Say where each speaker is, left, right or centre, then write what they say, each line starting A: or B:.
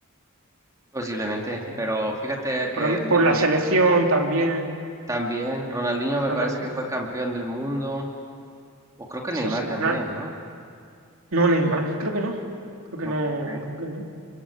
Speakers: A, on the right; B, on the right.
A: Posiblemente,
B: en fin,
A: pero fíjate
B: por,
A: que
B: lo-
A: ne-
B: por la
A: ne-
B: selección también,
A: también Ronaldinho me
B: Ronald,
A: parece que fue campeón del mundo, o creo que Neymar
B: eso sí, Ronald-
A: también, ¿no?
B: no, Neymar, creo que no, creo que
A: No,
B: no,
A: ok,
B: creo que no,